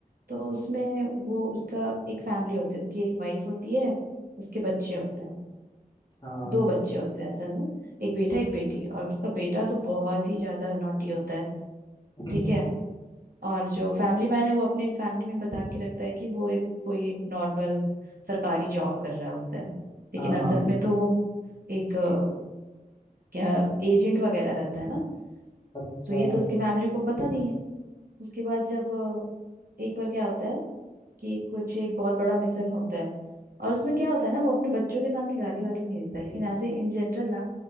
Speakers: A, on the right; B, on the left.
A: तो उसमें वो उसका एक फैमिली होती है उसकी एक वाइफ होती है उसके बच्चे होते हैं
B: हाँ
A: दो बच्चे होते हैं असल में एक बेटा एक बेटी और उसका बेटा तो बहुत ही ज्यादा नॉटी होता है
B: <laughs>
A: ठीक है और जो फैमिली मैन है वो अपनी फैमिली में बता के रखता है कि वो एक कोई एक नॉर्मल सरकारी जॉब कर रहा होता है लेकिन
B: हाँ
A: असल
B: हाँ
A: में तो वो एक अ, क्या एजेंट वगैरह रहता है ना
B: अच्छा
A: तो ये तो उसके फैमिली को पता नहीं है उसके बाद जब अ, एक बार क्या होता है कि कुछ एक बहुत बड़ा मिशन होता है और उसमें क्या होता है ना वो अपने बच्चों के सामने गाली वाली नहीं देता लेकिन ऐसे इन जनरल ना